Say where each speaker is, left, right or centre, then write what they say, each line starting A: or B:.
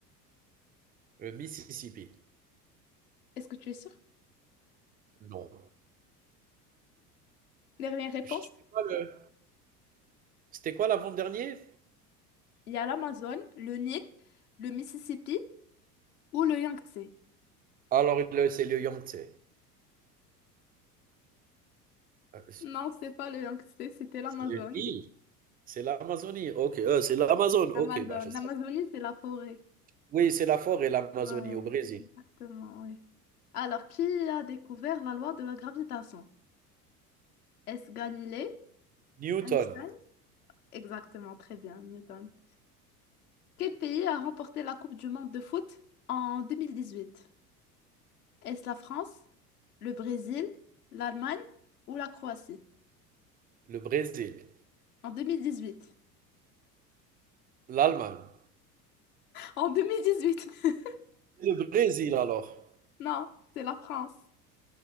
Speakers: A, on the right (about 20°); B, on the left (about 65°).
A: Le Mississippi.
B: Est-ce que tu es sûr?
A: Non.
B: Dernière réponse.
A: Je sais pas le c'était quoi l'avant-dernier?
B: Il y a l'Amazon, le Nil, le Mississippi ou le Yangtze.
A: Alors le c'est le Yangtze. Heu,
B: Non, c'est pas le Yangtze, c'était l'Amazon.
A: c'est le Nil?
B: <laughs>
A: C'est l'Amazonie? OK, heu, c'est l'Amazone? OK,
B: L'Amazon.
A: bah, je
B: L'Amazonie,
A: sais.
B: c'est la forêt.
A: Oui, c'est la forêt, l'Amazonie
B: Ouais,
A: au Brésil.
B: exactement, oui. Alors, qui a découvert la loi de la gravitation? Est-ce Galilée?
A: Newton,
B: Einstein? Exactement, très bien, Newton. Quel pays a remporté la Coupe du monde de foot en 2018? Est-ce la France, le Brésil, l'Allemagne ou la Croatie?
A: le Brésil,
B: En deux mille dix-huit
A: l'Allemagne.
B: En deux mille dix-huit <laughs>
A: Le Brésil alors.
B: Non, c'est la France.